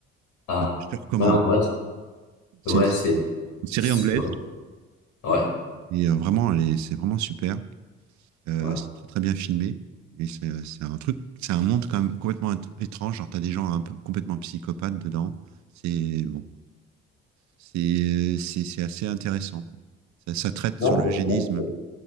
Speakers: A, on the left; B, on the right.
A: ah,
B: Euh, Je te recommande.
A: ouais, en vrai,
B: C'est
A: ouais,
B: une,
A: c'est,
B: une série
A: c'est-
B: anglaise.
A: ouais,
B: Et euh, vraiment, elle est- c'est vraiment super. Euh,
A: ouais.
B: c'est très, très bien filmé. Et c'est c'est un truc, c'est un monde quand même complètement étr- étrange. Genre, t'as des gens un peu complètement psychopathes dedans. C'est bon, c'est c'est c'est assez intéressant, quoi. Ça, ça traite
A: Non,
B: sur l'eugénisme.
A: je- non, je-